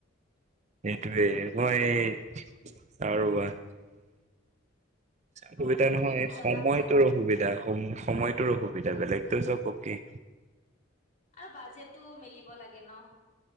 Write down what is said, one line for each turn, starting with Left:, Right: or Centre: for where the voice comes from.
Right: সেইটোৱেই মই আৰুৱা অসুবিধা
Left: অ তুমি
Right: নহয়
Left: মোক জনাবা
Right: সময়টোৰ অসুবিধা সময়টোৰ অসুবিধা এ বেলেগটো সব অকে
Left: আৰু বাজেটটো মিলিব লাগে ন